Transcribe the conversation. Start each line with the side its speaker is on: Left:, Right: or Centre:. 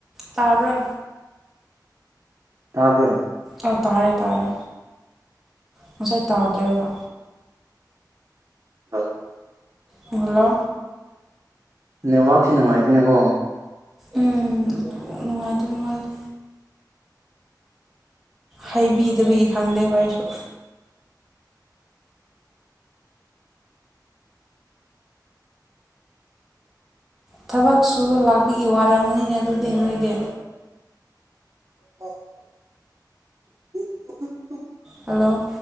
Centre: ꯇꯥꯕ꯭ꯔꯣ
Right: ꯇꯕ꯭ꯔꯣ
Centre: ꯑꯧ ꯇꯥꯔꯦ ꯇꯥꯔꯦ ꯉꯁꯥꯏ ꯇꯥꯗ꯭ꯔꯦꯕ
Right: ꯍꯜꯂꯣ
Centre: ꯍꯜꯂꯣ
Right: ꯅꯦꯠꯋꯥꯛꯁꯦ ꯅꯨꯡꯉꯥꯏꯇꯦꯅꯦꯀꯣ
Centre: ꯎꯝ ꯑꯗꯨ ꯅꯨꯡꯉꯥꯏꯗꯧ ꯃꯥꯜꯂꯦ ꯍꯥꯏꯕꯤꯗꯕꯒꯤ ꯈꯪꯗꯦꯕ ꯑꯩꯁꯨ ꯊꯕꯛ ꯁꯨ ꯂꯥꯛꯄꯒꯤ ꯋꯥꯔꯝꯒꯅꯤꯅꯦ ꯑꯗꯨꯗꯤ ꯅꯣꯏꯗꯤ
Right: <unintelligible>
Centre: ꯍꯜꯂꯣ